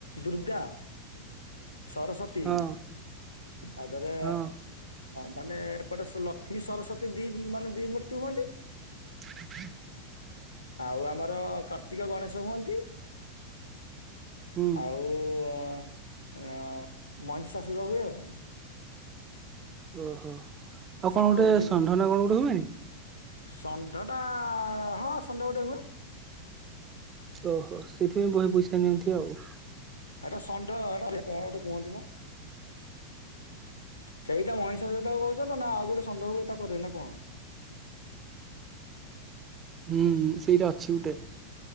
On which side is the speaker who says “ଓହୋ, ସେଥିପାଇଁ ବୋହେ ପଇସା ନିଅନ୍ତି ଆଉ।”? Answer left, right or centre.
Right